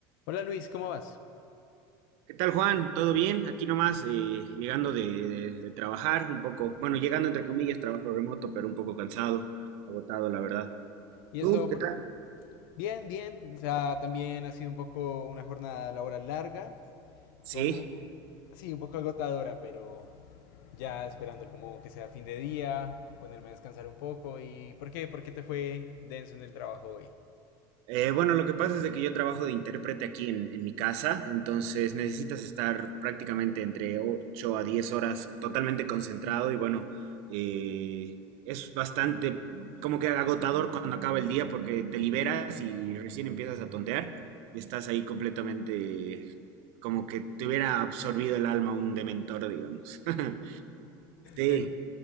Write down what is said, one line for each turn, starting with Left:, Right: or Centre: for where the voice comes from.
Left: Hola Luis, ¿cómo vas?
Right: ¿Qué tal, Juan? ¿Todo bien? Aquí nomás, eh, llegando de, de- de trabajar un poco, bueno, llegando entre comillas, trabajo remoto, pero un poco cansado, agotado, la verdad.
Left: Y
Right: ¿Tú,
Left: eso,
Right: qué
Left: por-
Right: tal?
Left: bien, bien. O sea, también ha sido un poco una jornada laboral larga,
Right: Sí.
Left: como, sí, un poco agotadora, pero ya esperando como que sea fin de día y ponerme a descansar un poco. ¿Y por qué? ¿Por qué te fue denso en el trabajo hoy?
Right: Eh, bueno, lo que pasa es de que yo trabajo de intérprete aquí en, en mi casa, entonces necesitas estar prácticamente entre 8 a 10 horas totalmente concentrado y bueno, eh, es bastante como que agotador cuando acaba el día porque te liberas y recién empiezas a tontear y estás ahí completamente como que te hubiera absorbido el alma un dementor, digamos. <laughs> Sí,
Left: Te, ent-